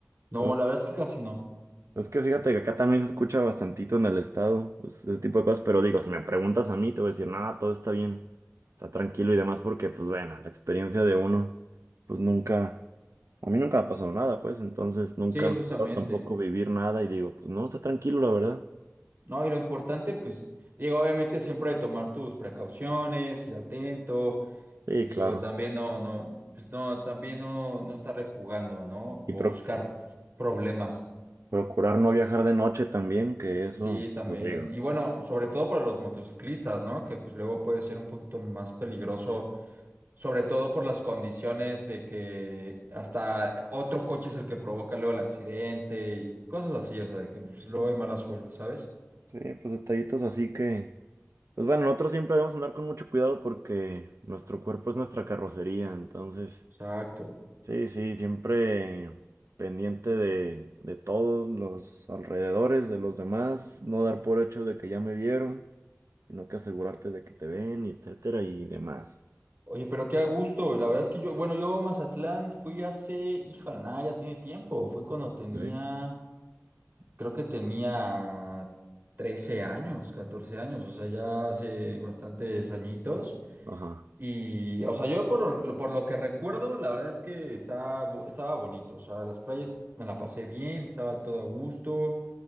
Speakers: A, on the right (about 50°); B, on the right (about 80°).
A: No,
B: No.
A: la verdad es que casi no.
B: Es que fíjate que acá también se escucha bastantito en el estado, pues, ese tipo de cosas, pero digo, si me preguntas a mí, te voy a decir, no, todo está bien, está tranquilo y demás, porque pues bueno, la experiencia de uno, pues nunca. A mí nunca me ha pasado nada, pues, entonces nunca
A: Sí,
B: me
A: justamente.
B: ha tocado tampoco vivir nada y digo, pues no, está tranquilo, la verdad.
A: No, y lo importante, pues, digo, obviamente siempre de tomar tus precauciones, ir atento,
B: Sí,
A: y digo,
B: claro.
A: también no, no, pues no, también no, no estarle jugando, ¿no?
B: Y
A: O
B: pro-
A: buscar problemas.
B: procurar no viajar de noche también, que
A: Sí,
B: eso,
A: también.
B: lo digo.
A: Y bueno, sobre todo para los motociclistas, ¿no? Que pues luego puede ser un poquito más peligroso, sobre todo por las condiciones de que hasta otro coche es el que provoca luego el accidente y cosas así, o sea, de que pues, luego hay mala suerte, ¿sabes?
B: Sí, pues detallitos así que, pues bueno, nosotros siempre debemos andar con mucho cuidado porque nuestro cuerpo es nuestra carrocería, entonces,
A: Exacto.
B: sí, sí, siempre pendiente de, de todos los alrededores, de los demás, no dar por hecho de que ya me vieron, sino que asegurarte de que te ven y etcétera y demás.
A: Oye, pero qué a gusto. La verdad es que yo, bueno, yo a Mazatlán fui hace, híjole, nada, ya tiene tiempo. Fui cuando tenía,
B: Sí.
A: creo que tenía 13 años, 14 años, o sea, ya hace bastantes añitos.
B: Ajá.
A: Y, o sea, yo por lo, lo- por lo que recuerdo, la verdad es que estaba, bu- estaba bonito. O sea, las playas me la pasé bien, estaba todo a gusto